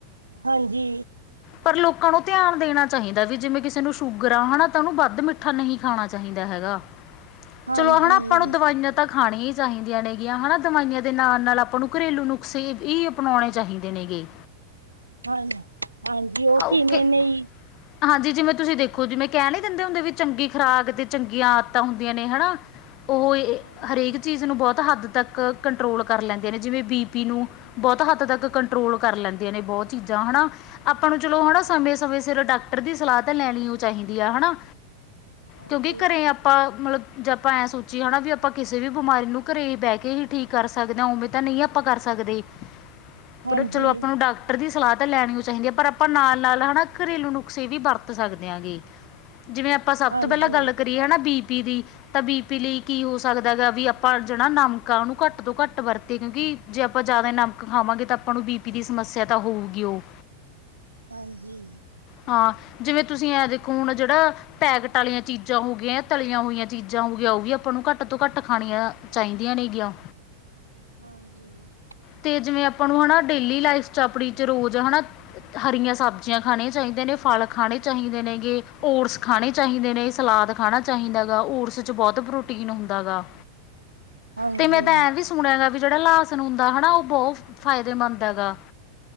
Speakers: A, on the right; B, on the left.
A: ਹਾਂਜੀ।
B: ਪਰ ਲੋਕਾਂ ਨੂੰ ਧਿਆਂਨ ਦੇਣਾਂ ਚਾਹੀਂਦਾ ਵੀ ਜਿਵੇਂ ਕਿਸੇ ਨੂੰ ਸ਼ੂਗਰ ਆ ਹਨਾ। ਤਾਂ ਉਣੁ ਵੱਧ ਮਿੱਠਾ ਨਹੀਂ ਖਾਣਾਂ ਚਾਹੀਦਾਂ ਹੈਗਾ,
A: ਹਾਂਜੀ
B: ਚਲੋ ਹਾ ਆਪਾਂ ਨੂੰ ਦਵਾਈਆਂ ਤਾਂ ਖਾਣੀਆਂ ਚਾਹੀਦੀਆਂ ਨੇਗੀਆਂ ਹਨਾ ਦਵਾਈਆਂ ਦੇ ਨਾਲ ਨਾਲ ਆਪਾਂ ਨੂੰ ਘਰੇਲੂ ਨੁਸਖੇ ਹੀ ਅਪਣਾਉਣੇ ਚਾਹੀਦੇ ਨੇ ਗੇ।
A: ਹਾਂ, ਹਾਂਜੀ ਉਹ
B: ਓਕੇ
A: ਕਿਵੇਂ ਨਯੀ
B: ਹਾਂਜੀ ਜਿਵੇਂ ਤੁਸੀਂ ਦੇਖੋ ਜਿਵੇਂ ਕਹਿ ਨੀ ਦਿੰਦੇ ਹੁੰਦੇ ਵੀ ਚੰਗੀ ਖੁਰਾਕ ਤੇ ਚੰਗੀਆਂ ਆਦਤਾਂ ਹੁੰਦੀਆਂ ਨੇ ਹਨਾਂ। ਉਹ
A: ਹਾਂਜੀ
B: ਹਰੇਕ ਚੀਜ਼ ਨੂੰ ਬਹੁਤ ਹੱਦ ਤੱਕ ਕੰਟਰੋਲ ਕਰ ਲੈਂਦੇ ਨੇ ਜਿਵੇਂ ਬੀ-ਪੀ ਨੂੰ। ਬਹੁਤ ਹੱਦ ਤੱਕ ਕੰਟਰੋਲ ਕਰ ਲੈਂਦੇ ਨੇ ਬਹੁਤ ਚੀਜ਼ਾਂ ਹਨਾਂ। ਆਪਾਂ ਨੂੰ ਚਲੋ ਹਨਾ
A: ਹਾਂਜੀ
B: ਸਮੇਂ ਸਮੇਂ ਸਿਰ ਡਾਕਟਰ ਦੀ ਸਲਾਹ ਤਾਂ ਲੈਣੀ ਉ ਚਾਹੀਦੀ ਆ ਹਨਾਂ।
A: ਹਾਂਜੀ
B: ਕਿਉਂਕਿ ਘਰੇਂ ਆਪਾਂ ਮਤਲਬ ਜੇ ਆਪਾਂ ਐਂ ਸੋਚੀਏ ਹਨਾ ਵੀ ਆਪਾਂ ਕਿਸੇਂ ਵੀ ਬਿਮਾਰੀ ਨੂੰ ਕਰੇਂ ਬਹਿ ਕੇ ਹੀ ਠੀਕ ਕਰ ਸਕਦੇ ਹਾਂ ਉਵੇਂ ਤਾਂ ਨਹੀਂ ਆਪਾਂ ਕਰ ਸਕਦੇ।
A: <inaudible> ਹਾਂਜੀ
B: ਪਰ ਚਲੋਂ ਆਪਾਂ ਨੂੰ ਡਾਕਟਰ ਦੀ ਸਲਾਹ ਤਾਂ ਲੈਂਣੀ ਚਾਹੀਦੀ ਆ ਪਰ ਆਪਾਂ ਨਾਲ ਨਾਲ ਹਨਾ ਘਰੇਲੂ ਨੁਕਸੇ ਵੀ ਵਰਤ ਸਕਦੇ ਹਾਂਗੇ, ਜਿਵੇ ਅਪ ਪਰ ਸਭ
A: ਹਾਂਜੀ,
B: ਤੋਂ ਪਹਿਲਾਂ ਗੱਲ ਕਰੀਏ ਹਨਾ ਬੀ-ਪੀ ਦੀ। ਤਾਂ ਬੀ-ਪੀ ਲਈ ਕੀ ਹੋ ਸਕਦਾ ਗਾ ਵੀ ਆਪਾਂ ਜਿਹੜਾ ਨਮਕ ਆ ਉਹਨੂੰ ਘੱਟ ਤੋਂ ਘੱਟ ਵਰਤੇ ਕਿਉਂਕਿ ਜੇ ਆਪਾਂ ਜ਼ਿਆਦਾ ਨਮਕ ਖਾਵਾਂਗੇ ਤਾਂ ਆਪਾਂ ਨੂੰ ਬੀ-ਪੀ ਦੀ ਸਮੱਸਿਆ ਤਾਂ ਹੋਊਗੀ ਉਹ।
A: ਹਾਂਜੀ।
B: ਹਾਂ ਜਿਵੇਂ ਤੁਸੀਂ ਐ ਦੇਖੋਂ ਹੁਣ ਜਿਹੜਾ ਪੈਕਟ ਵਾਲੀਆਂ ਚੀਜ਼ਾਂ ਹੋ ਗਈਆਂ ਤਲੀਆਂ ਹੋਈਆਂ ਚੀਜ਼ਾਂ ਹੋ ਗਈਆਂ ਉਹ ਵੀ ਆਪਾਂ ਨੂੰ ਘੱਟ ਤੋਂ ਘੱਟ ਖਾਣੀਆਂ ਚਾਹੀਦੀਆਂ ਨੀਗੀਆਂ।
A: ਹਾਂਜੀ।
B: ਤੇ ਜਿਵੇਂ ਆਪਾਂ ਨੂੰ ਹਨਾ ਡੇਲੀ ਲਾਈਫ਼ ਚ ਆਪਣੀਂ ਚ ਰੋਜ਼ ਹਨਾ ਹਰੀਆਂ ਸਬਜ਼ੀਆਂ ਖਾਣੀਆਂ ਚਾਹੀਦੇ ਨੇ, ਫਲ ਖਾਣੇ ਚਾਹੀਦੇ ਨੇ ਗੇ, ਓਟਸ ਖਾਣੇ ਚਾਹੀਦੇ ਨੇ, ਸਲਾਦ ਖਾਣਾ ਚਾਹੀਂਦਾ ਓਟਸ ਚ ਬਹੁਤ ਪ੍ਰੋਟੀਨ ਹੁੰਦਾਂ ਗਾ।
A: <inaudible> ਹਾਂਜੀ,
B: ਤੇ ਮੈਂ ਤਾਂ ਐਵੀ ਸੁਣਿਆ ਹੈਗਾ ਵੀ ਜਿਹੜਾ ਲਾਸਨ ਹੁੰਦਾ, ਹਨਾਂ ਉਹ ਬਹੁਤ ਫਾਇਦੇਮੰਦ ਹੈਗਾ